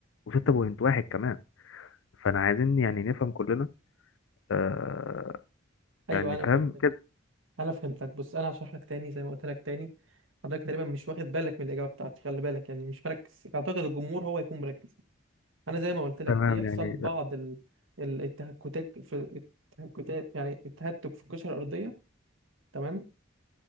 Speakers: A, on the left (about 70°); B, on the right (about 75°).
A: وستة بوينت واحد كمان فأنا عايزين يعني نفهم كلنا آه
B: أيوه
A: يعني
B: أنا
A: فاهم
B: فهمتك
A: كده
B: أنا فهمتك بص أنا هشرح لك تاني زي ما قلت لك تاني حضرتك تقريبا مش واخد بالك من الإجابة بتاعتي خلي بالك يعني مش مركز أعتقد الجمهور هو يكون مركز انا زي ما قلت لك
A: تمام
B: بيحصل
A: يعني
B: بعض ال... ال- التهكتات في التهكتات يعني التهتك في القشره الارضيه تمام